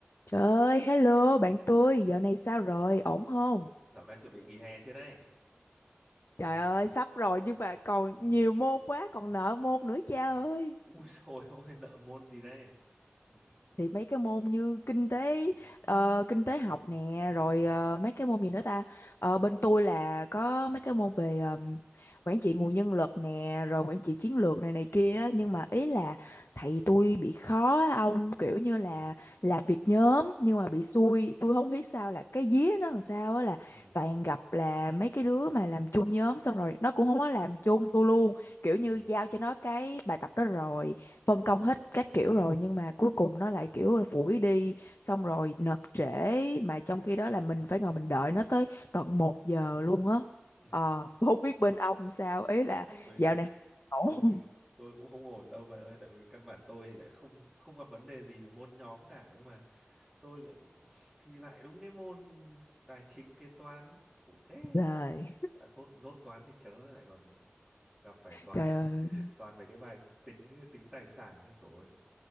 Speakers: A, on the left; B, in the centre.
A: Trời ơi, hello bạn tôi, dạo này sao rồi, ổn không?
B: Dạo này chuẩn bị nghỉ hè chưa đây?
A: Trời ơi, sắp rồi nhưng mà còn nhiều môn quá, còn nợ môn nữa cha ơi.
B: Ui dồi <laughs> ôi, nợ môn gì đây? Ừ,
A: thì mấy cái môn như kinh tế ờ, kinh tế học nè rồi ờ, mấy cái môn gì nữa ta Ờ, bên tôi là có mấy cái môn về ờm, quản trị nguồn nhân lực nè rồi quản trị chiến lược này này kia á. nhưng mà ý là thầy tôi bị khó á, ông kiểu như là
B: ừ,
A: làm việc nhóm nhưng mà bị xui tôi không biết sao là cái vía nó làm sao á là
B: ừ,
A: toàn gặp là mấy cái đứa mà làm chung nhóm xong rồi nó cũng không có làm chung tôi luôn kiểu
B: ừ.
A: như giao cho nó cái bài tập đó rồi phân công hết các kiểu rồi nhưng mà cuối cùng nó lại kiểu là phủi đi xong rồi nộp trễ mà trong khi đó là mình phải ngồi mình đợi nó tới tận một giờ luôn á
B: ừ.
A: ờ <laughs> không biết bên ông sao ý là
B: Tôi,
A: dạo này ổn
B: tôi,
A: <laughs> không?
B: tôi cũng không ổn đâu bà ơi, tại vì căn bản tôi thì lại không không gặp vấn đề gì về môn nhóm cả, nhưng mà tôi lại bị <laughs> <sniffs> thi lại đúng cái môn tài chính kế toán, khổ thế.
A: trời
B: Đã dốt dốt toán thì chớ lại còn gặp phải toán
A: trời ơi
B: <laughs> toàn mấy cái bài tính tính tài sản nhưng rồi